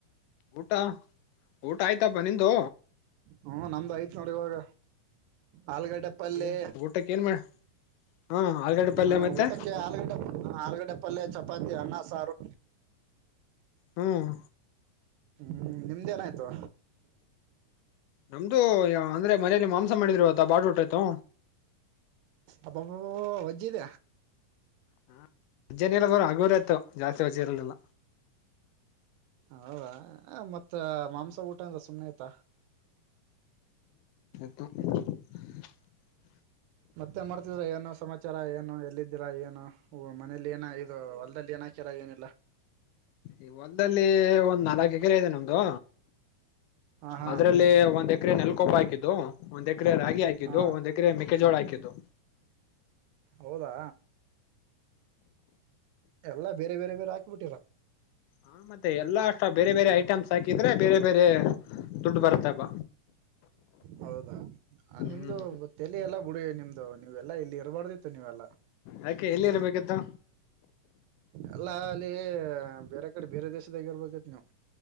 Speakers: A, on the left (about 80°); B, on the right (about 85°).
A: ಊಟ ಊಟ ಆಯ್ತಪ್ಪ ನಿಂದು
B: ಹ್ಮ ನಮ್ದು ಆಐ್ತ ನೋಡಿ ಇವಾಗ ಆಲಗಡ್ಡೆ ಪಲ್ಲಿ
A: ಏನ್ ಊಟಕ್ಕೆ ಏನ್ ಮಾಡ ಹಾ ಆಲ್ಗಡೆ
B: ಹ
A: ಪಲ್ಯ ಮತ್ತೆ
B: ಊಟಕ್ಕೆ ಆಲೂಗಡ್ಡೆ ಆಲೂಗಡ್ಡೆ ಪಲ್ಯ ಚಪಾತಿ ಅನ್ನ ಸಾರು
A: ಹ್ಮ್
B: ಹ್ಮ್ ನಿಮ್ದೇಏನಾಯ್ತು
A: ನಮ್ದು ಅಂದ್ರೆ ಮನೇೆಯಲ್ಲಿ ಮಾಂಸ ಮಾಡಿದ್ರುವತ ಬಾಡ್ ಊಟ ಆಯ್ತು
B: ಅಬಾಬ ವಜ್ಜಿದ
A: ಹ ರಜ್ಜನಲ್ಲರ ಹಗೋರ ಆತ ಜಾಸ್ತಿ ರಜ್ಜೆ ಇರಲ್ಲಲ್ಲ
B: ಹದ ಮತ್ತ ತ್ತ
A: ಹ್ಮ್
B: ಮಾಂಸ ಉಊಟನ್ಸಮ ನತ
A: ಹ
B: ಮತ್ತೆ ಮಾಡ್ತಿದ್ರ ಏನು ಸಮಾಚಾರ ಏನು ಎಲ್ಲಿ ಏನು ಮನೇಲಿ ಏನ ಇದು ಹೊಲ್ದಲ್ಲಿ ಏನ ಹಕಿರ ಏನಿಲ್ಲ
A: ಈ ಹೊಲ್ದಲ್ಲಿ ಒಂದ್ ನಾಲ್ಕ ಎಕರೆ ಇದೆ ನಮ್ದು
B: ಹಾ ಹಾ
A: ಅದ್ರಲ್ಲಿ ಒಂದ್ ಎಕರೆ ನೆಲ್ಕೊಬ ಹಾಕಿದ್ದು ಒಂದ್ ಎಕರೆ ರಾಗಿ ಹಾಕಿದ್ದು
B: ಹಾ
A: ಒಂದ್ ಎಕರೆ ಮೆಕ್ಕೆಜೋಳ ಹಾಕಿದ್ದು
B: ಹೌದಾ ಎಲ್ಲಾ ಬೇರೆ ಬೇರೆ ಬೇರೆ ಹಾಕಿಬಿಟ್ಟಿರ
A: ಹಾ ಮತ್ತೆ ಎಲ್ಲಾ ಅಷ್ಟ ಬೇರೆ ಬೇರೆ ಐಟಮ್ಸ್ ಹಾಕಿದ್ರೆ ಬೇರೆ ಬೇರೆ ದುಡ್ಡು ಬರುತ್ತಪ್ಪ
B: ಹೌದಾ ನಿಮ್ದು
A: ಹ್ಮ್
B: ತಲೆ ಎಲ್ಲ ಬಿಡಿ ನಿಮ್ದು ನೀವೆಲ್ಲಾ ಇಲ್ಲಿ ಇರಬಾರ್ದಿತ್ತು ನೀವೆಲ್ಲಾ
A: ಯಾಕೆ ಎಲ್ಲಿ ಇರ್ಬೇಕಿತ್ತು
B: ಅಲ್ಲ ಅಲ್ಲಿ ಬೇರೆ ಕಡೆ ಬೇರೆ ದೇಶದಾಗ ಇರ್ಬೇಕೇತ್ ನೀವು